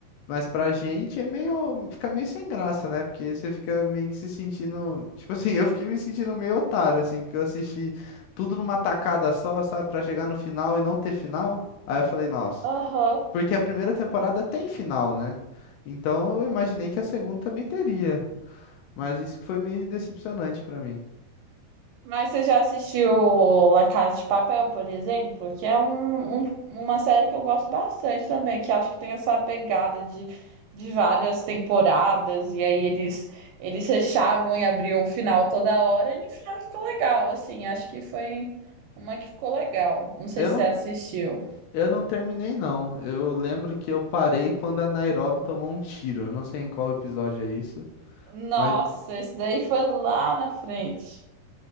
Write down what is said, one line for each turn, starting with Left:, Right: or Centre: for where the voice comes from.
Left: mas pra gente é meio, fica meio sem graça, né? Porque você fica meio que se sentindo, tipo assim, <laughs> eu fiquei me sentindo meio otário assim, porque eu assisti tudo numa tacada só, sabe, Pra chegar no final e não ter final. Aí eu falei, nossa,
Right: Aham.
Left: porque a primeira temporada tem final, né? Então eu imaginei que a segunda também teria, mas isso que foi meio decepcionante pra mim.
Right: Mas você já assistiu La Casa de Papel, por exemplo? Que é um, um- uma série que eu gosto bastante também, que acho que tem essa pegada de, de várias temporadas, e aí eles, eles fechavam e abriam o final toda hora, e no final ficou legal, assim, acho que foi uma que ficou legal. Não sei
Left: Eu
Right: se
Left: não,
Right: você assistiu.
Left: eu não terminei não. Eu lembro que eu parei quando a Nairobi tomou um tiro. Eu não sei em qual episódio é isso.
Right: Nossa,
Left: Mas
Right: esse daí foi lá na frente.